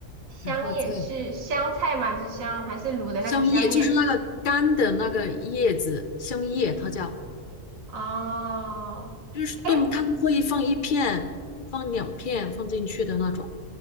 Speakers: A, on the right; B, on the left.
A: 香叶是香菜吗？
B: 然后再。
A: 还是香还是卤的那个香叶？
B: 香叶就是那个干的那个叶子，香叶它叫，
A: 哦，
B: 就是炖汤会放一片，
A: 哎，
B: 放两片放进去的那种。